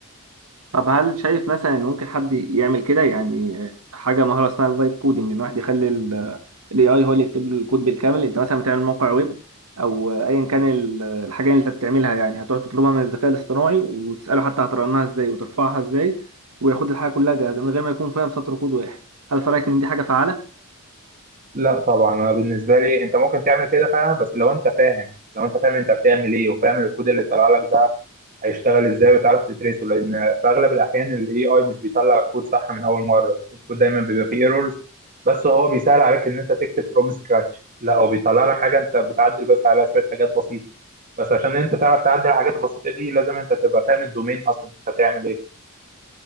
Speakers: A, on the right; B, on the right.
A: طب هل شايف مثلا ان ممكن حد يعمل كده يعني حاجه مهاره اسمها الفايب كودنج ان واحد يخلي الاي اي هو اللي يكتب له الكود بالكامل انت مثلا بتعمل موقع ويب او ايا كان ال- الحاجه اللي انت بتعملها يعني هتقعد تطلبها من الذكاء الاصطناعي وتساله حتى هترنها ازاي وترفعها ازاي وياخد الحاجه كلها جاهزه من غير ما يكون فاهم سطر كود واحد هل في رايك ان دي حاجه فعاله
B: لا طبعا انا بالنسبه لي انت ممكن تعمل كده فعلا بس لو انت فاهم لو انت فاهم انت بتعمل ايه وفاهم الكود اللي طلع لك ده هيشتغل ازاي وتعرف تتريسه لان في اغلب الاحيان الاي اي مش بيطلع كود صح من اول مره الكود دايما بيبقى فيه ايرورز بس هو بيسهل عليك ان انت تكتب فروم سكراتش لا هو بيطلع لك حاجه انت بتعدل بس على شويه حاجات بسيطه بس عشان انت تعرف تعدل الحاجات البسيطه دي لازم انت تبقى فاهم الدومين اصلا انت هتعمل ايه